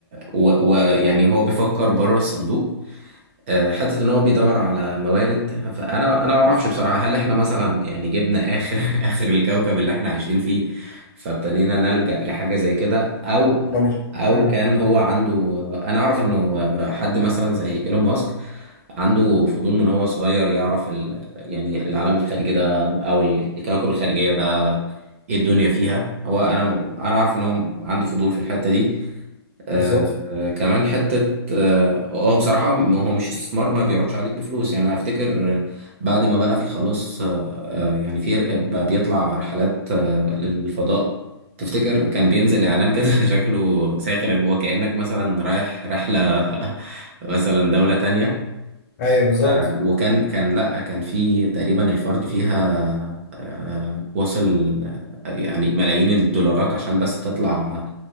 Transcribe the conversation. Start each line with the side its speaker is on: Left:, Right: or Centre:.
Right: ويعني و... و- يعني هو بيفكر بره الصندوق آه، حته ان هو بيدور على موارد فانا انا ما اعرفش بصراحه هل احنا مثلا يعني جبنا اخر <laughs> اخر الكوكب اللي احنا عايشين فيه فابتدينا نلجأ لحاجه زي كده او
Left: ما مش
Right: او
Left: مم.
Right: كان هو عنده انا اعرف انه حد مثلا زي ايلون ماسك عنده فضول من هو صغير يعرف ال... يعني العالم الخارجي ده او الكوكب الخارجيه ده ايه الدنيا فيها هو انا انا عارف ان هو عنده فضول في الحته دي آه،
Left: بالظبط
Right: آه، كمان حتة اه آه، بصراحة م- هو مش استثمار ما بيقعدش عليك بفلوس يعني أنا افتكر آه، بعد ما بقى في خلاص آه، آه، يعني في ر- بقى بيطلع رحلات آه، للفضاء تفتكر كان بينزل اعلان كده <laughs> شكله ساخر هو كأنك مثلا رايح رحلة <laughs> مثلا دولة تانية
Left: ايوه بالظبط
Right: آه، وكان كان لا كان في تقريبا الفرد فيها آه، وصل آه، يعني ملايين الدولارات عشان بس تطلع